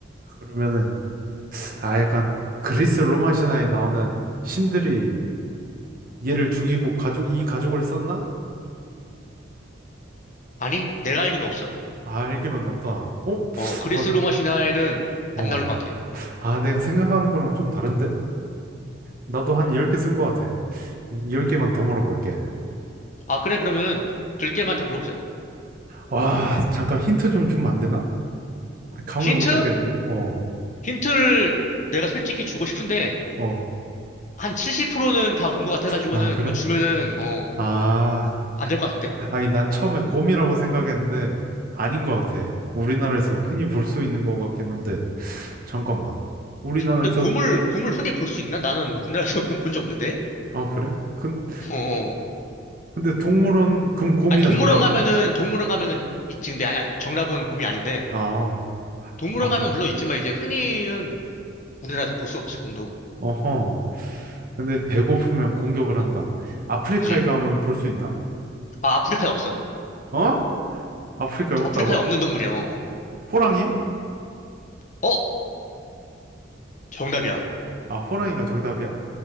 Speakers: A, on the right; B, on the left.
A: 그러면은 아 약간 그리스 로마 신화에 나오는 신들이 얘를 죽이고 가족 이 가족을 썼나?
B: 아니? 내가 알기로는 없어.
A: 아 알기론 없다. 어?
B: 어, 그리스
A: 아,
B: 로마 신화에는
A: 어.
B: 안 나오는 것 같아.
A: 아 내가 생각하는 거랑 좀 다른데? 나도 한 10개 쓴 거 같아. 10개만 더 물어볼게.
B: 아, 그래, 그러면은 깨개만 더 물어보자.
A: 와 잠깐 힌트 좀 주면 안 되나? 감을
B: 힌트?
A: 못 잡겠는데? 어
B: 힌트를 내가 솔직히 주고 싶은데,
A: 어.
B: 한 70%는 다 온 것 같아가지고는
A: 아 그래?
B: 이거 주면은, 어,
A: 아,
B: 안 될 것 같은데?
A: 아니, 난 처음에 곰이라고 생각했는데, 아닌 것 같아. 우리나라에서 흔히 볼 수 있는 것 같긴 한데, 잠깐만. 우리나라에서,
B: 근데 곰을, 곰을 흔히 볼 수 있나? 나는 우리나라에서 <laughs> 곰 본 적 없는데?
A: 아, 그래? 근,
B: 어, 어.
A: 근데 동물원, 그럼 곰이야,
B: 아니, 동물원
A: 정답?
B: 가면은, 동물원 가면은 있지. 근데, 아니, 아니, 정답은 곰이 아닌데.
A: 아,
B: 동물원
A: 아,
B: 가면 물론 있지만, 이제 흔히는 우리나라에서 볼 수 없지, 곰도.
A: 어허. 근데 배고프면 공격을 한다. 아프리카에
B: 그지?
A: 가면 볼 수 있나?
B: 아, 아프리카에 없어.
A: 어? 아프리카에 없다고?
B: 아프리카에 없는 동물이야, 어.
A: 호랑이?
B: 어? 정답이야.
A: 아, 호랑이가 정답이야?